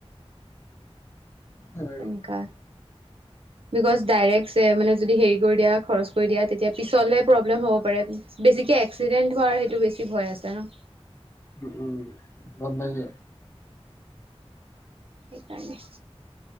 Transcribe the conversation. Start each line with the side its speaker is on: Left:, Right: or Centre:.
Left: বাৰু
Right: তেনেকাত বিকজ ডাইৰেক্ট মানে যদি হেৰি কৰি দিয়া খৰচ কৰি দিয়া তেতিয়া পিছলে প্ৰব্লেম হ'ব পাৰে। বেছিকে এক্সিডেন্ট হোৱাৰ সেইটো বেছি ভয় আছে ন।
Left: উম উম বন্দ যে
Right: সেইকাৰণে